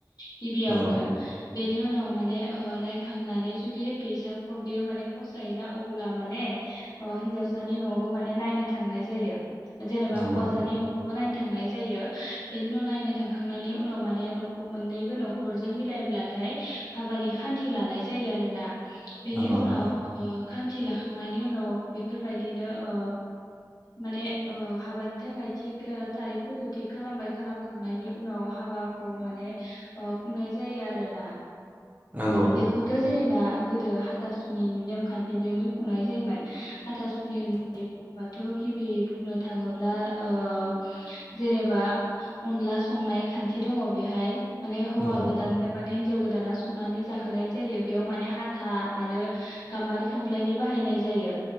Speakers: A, on the left (about 65°); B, on the right (about 20°).
A: गिबियावनो
B: नंगौ
A: बेनि उनाव माने नायखांनानै जुदि फैसा बेयो माने फसायोना अब्ला माने हिन्जावसानि नआवबो माने नायनो थांनाय जायो। जेनेबा
B: नंगौ
A: हौवासानि नखौबो नायनो थांनाय जायो। बेनि उन नायनो थांखांनानै उनाव माने नखौ मोननैबो नखरजों मिलायब्ला। थाय हाबानि खान्थि लानाय जायो आरोना। बेनि
B: नंगौ
A: उनाव
B: नोंथां
A: ओ- खान्थि लाखांनायनि उनाव बेफोरबायदिनो-ओ माने ओ-हाबानि थाखाय थिग थारिखफोरखौ थिख खालामबाय खालामखांनायनि उनाव हाबाखौ माने खुंनाय जायो आरो। ना
B: नंगौ
A: बेखौथ जेनेबा गोदो हाथासुनिनि नेमखान्थिजोंनो खुंनाय जायोमोन। हाथासनि होना नै बुं-ओ बाथ गिबियै बुंनो थाङोब्ला ओ-जेनेबा अनला संनाय खान्थि दङ बेहाय। माने हौवा
B: नंगौ
A: गोदाननो मे हिनजाव गोदाना संनानै जाहोनाय जायो बेयाव माने हाथा आरो गाम्बारि खामफ्लायनि बाहायनाय जायो।